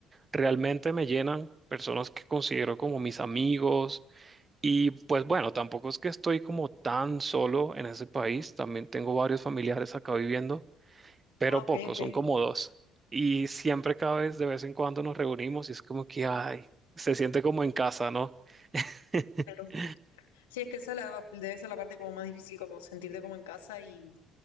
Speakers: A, on the right; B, on the left.
A: realmente me llenan, personas que considero como mis amigos. Y pues bueno, tampoco es que estoy como tan solo en ese país, también tengo varios familiares acá viviendo pero
B: Ah, ok,
A: pocos,
B: ok.
A: son como dos. Y siempre cada vez, de vez en cuando nos reunimos y es como que, ay, se siente como en casa, ¿no? <laughs>
B: Claro. Sí, es que esa la- debe ser la parte como más difícil, como sentirte como en casa y